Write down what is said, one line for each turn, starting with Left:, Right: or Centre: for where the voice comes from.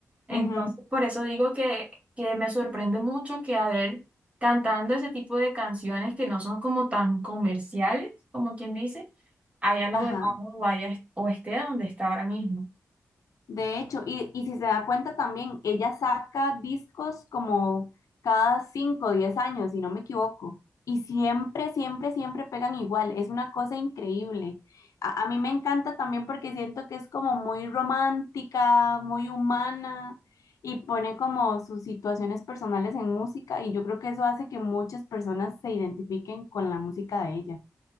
Right: Entonces,
Left: ujú,
Right: por eso digo que, que me sorprende mucho que Adele cantando ese tipo de canciones que no son como tan comerciales, como quien dice, haya logrado
Left: Ajá.
Right: o, haya, o esté donde está ahora mismo.
Left: De hecho, y, y si se da cuenta también, ella saca discos como cada 5 o 10 años, si no me equivoco. Y siempre, siempre, siempre pegan igual. Es una cosa increíble. A, a mí me encanta también porque siento que es como muy romántica, muy humana y pone como sus situaciones personales en música y yo creo que eso hace que muchas personas se identifiquen con la música de ella.